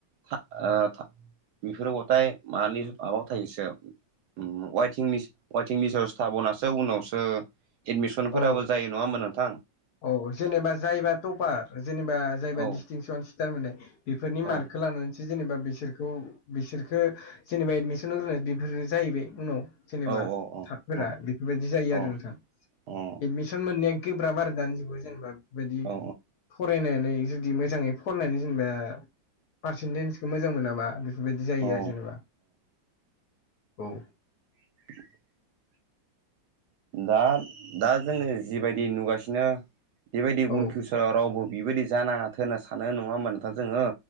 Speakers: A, on the right; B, on the left.
A: था ओ था बेफोरबथाय मानि माबायाव थायोसो वाइटिं लिस वाइटिं लिसावसोथाबावनासो उनावसो फोराबो
B: औ
A: जायो नङा होनबा नोंथां
B: औ जेनेबा जायबा टपार जेनेबा जायबा
A: औ
B: डिस्टिंसन स्टार मोननाय। बेफोरनि
A: औ
B: मार्कखौ लानानै जेनेबा बिसोरखौ बिसोरखौ जेनेबा एदमिसन होग्रोनानै बेफोरो जाहैबाय उनाव जेनेबा
A: औ औ औ
B: थाबफोरा
A: औ
B: बेफोर बायदि जायो
A: औ
B: आरो नोंथां
A: औ
B: एडमिसन मोननाया गोब्राब आरो दानि जुगाव जेनेबा बे बादि
A: औ
B: फरायनानै जुदि मोजाङै फरायनानै जेनेबा पारसेन्टेजखौ मोजां मोनाबा। बेफोरबायदि जायो
A: औ
B: आरो जेनेबा औ।
A: <unintelligible> दा दा जोङो जिबायदि नुगासिनो बेबायदि
B: औ
A: <unintelligible> रावबो बिबायदि जानाङाथों होनना सानो नङा होमबा नोंथां जोङो